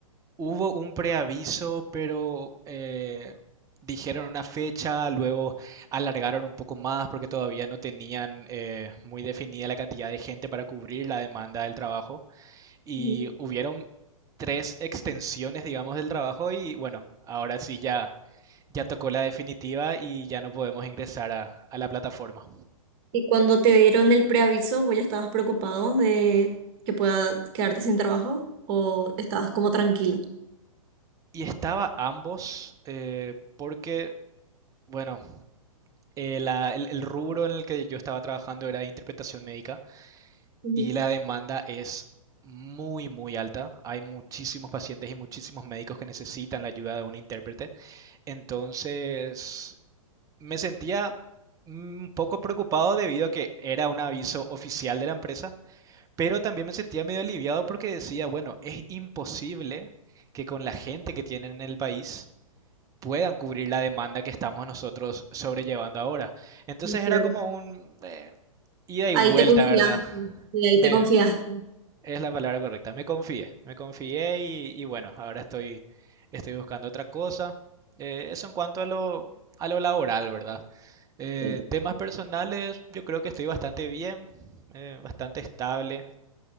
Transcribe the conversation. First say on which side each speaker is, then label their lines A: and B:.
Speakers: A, on the right; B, on the right.
A: Hubo un preaviso, pero eh, dijeron una fecha, luego alargaron un poco más porque todavía no tenían eh, muy definida la cantidad de gente para cubrir la demanda del trabajo. Y
B: Ujú.
A: hubieron tres extensiones, digamos, del trabajo y bueno, ahora sí ya, ya tocó la definitiva y ya no podemos ingresar a, a la plataforma.
B: ¿Y cuando te dieron el preaviso, vos ya estabas preocupado de que puedas quedarte sin trabajo o estabas como tranquilo?
A: Y estaba ambos eh, porque, bueno, eh, la- el, el rubro en el que yo estaba trabajando era de interpretación médica
B: Ujú,
A: Y la demanda es muy, muy alta. Hay muchísimos pacientes y muchísimos médicos que necesitan la ayuda de un intérprete. Entonces, me sentía un poco preocupado debido a que era un aviso oficial de la empresa, pero también me sentía medio aliviado porque decía, bueno, es imposible que con la gente que tienen en el país puedan cubrir la demanda que estamos nosotros sobrellevando ahora. Entonces
B: ah,
A: era
B: Claro.
A: como un eh, ida y
B: Ahí
A: vuelta,
B: te confiaste.
A: ¿verdad?
B: Y ahí
A: Me,
B: te confiaste.
A: es la palabra correcta. Me confié, me confié y, y bueno, ahora estoy, estoy buscando otra cosa. Eh, eso en cuanto a lo, a lo laboral, ¿verdad? Eh,
B: Sí.
A: temas personales, yo creo que estoy bastante bien, eh, bastante estable.